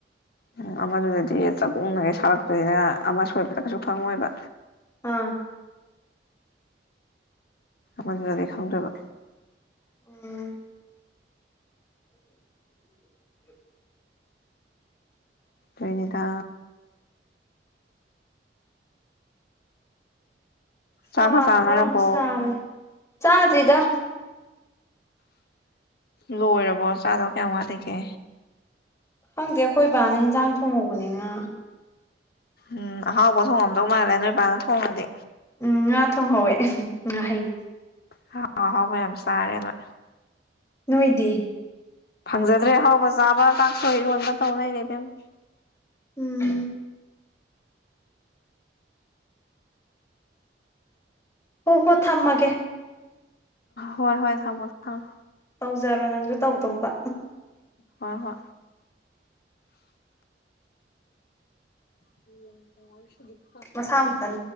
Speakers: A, on the left; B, on the left.
A: ꯎꯝ ꯑꯃꯥꯁꯨꯗꯤ ꯆ ꯀꯣꯡꯅꯦ ꯁꯔꯠ ꯁꯣꯏꯕ ꯀꯩꯁꯨ ꯈꯉ ꯑꯣꯏꯕ
B: ꯑꯥ
A: ꯃꯅꯗꯤ ꯈꯪꯗ꯭ꯔꯕ
B: ꯑꯣ <unintelligible>
A: ꯇꯣꯏꯅꯤꯗ
B: ꯁꯥꯅ
A: ꯆꯥꯛꯀ ꯆꯥꯅꯔꯕꯣ
B: ꯃꯔꯣ ꯁꯥꯕꯅꯦ ꯆꯥꯗ꯭ꯔꯤꯗ
A: ꯂꯣꯏꯔꯕꯣ ꯆꯥꯗꯧ ꯀꯌꯥꯝ ꯋꯥꯠꯂꯤꯒꯦ
B: ꯈꯪꯗꯦ ꯑꯩꯈꯣꯏ ꯏꯕꯥꯅ ꯍꯟꯖꯥꯡ ꯊꯣꯡꯍꯧꯕꯅꯤꯅ
A: ꯎꯝ ꯑꯍꯥꯎꯕ ꯊꯣꯡꯉꯝꯗꯧ ꯃꯥꯜꯂꯦ ꯅꯣꯏ ꯏꯄꯥꯅ ꯊꯣꯡꯡꯂꯗꯤ
B: ꯎꯝ ꯉꯥ ꯊꯣꯡꯍꯧꯋꯦ ꯉꯥꯍꯩ
A: ꯍ ꯍꯥꯎꯌꯥꯝ ꯁꯔꯦ ꯅ
B: ꯅꯣꯏꯗꯤ
A: ꯐꯪꯖꯗ꯭ꯔꯦ ꯑꯍꯥꯎꯕ ꯆꯥꯕ ꯀꯥꯡꯥꯛ ꯁꯣꯏ ꯏꯔꯣꯟꯕ ꯇꯧꯅꯩꯅꯦꯦꯕꯦꯝꯃ
B: ꯎꯝ ꯍꯣ ꯍꯣ ꯊꯝꯃꯒꯦ
A: ꯍꯣꯏ ꯍꯣꯏ ꯊꯝꯃꯣ ꯊꯝ
B: ꯇꯧꯖꯔꯣ ꯅꯪꯁꯨ ꯇꯧꯗꯧꯕ
A: ꯍꯔ ꯍ <unintelligible>
B: ꯃꯁꯥꯝꯇꯟ